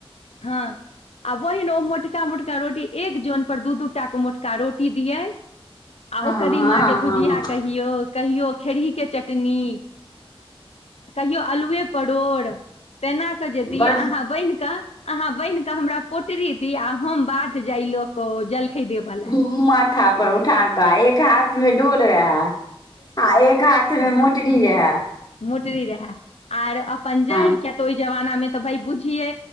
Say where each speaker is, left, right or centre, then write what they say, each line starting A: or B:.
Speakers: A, on the left; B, on the left.
A: हँ आ बहिन ओ मोटका मोटका रोटी एक जोन पर दू दू टा क मोटका रोटी दियै आ
B: हँ
A: ओ कदीमाके
B: हँ
A: भुजिया
B: हँ
A: कहियौ कहियौ खेरहीके चटनी कहियौ अल्लुए परोड़ तेना कऽ जे दिय
B: बड़
A: अहाँ बान्हि कऽ अहाँ बान्हि क हमरा पोटरी दी आ हम बाध जाइ लऽ क ओ जलखै देब वला
B: माथा पर उठा कऽ एक हाथ मे डोल रहै आ एक हाथ मे मु कटी रहय
A: मोटरी रहै आ अपन जाइ
B: हँ
A: किया तऽ ओहि जमानामे तऽ भाय बुझियै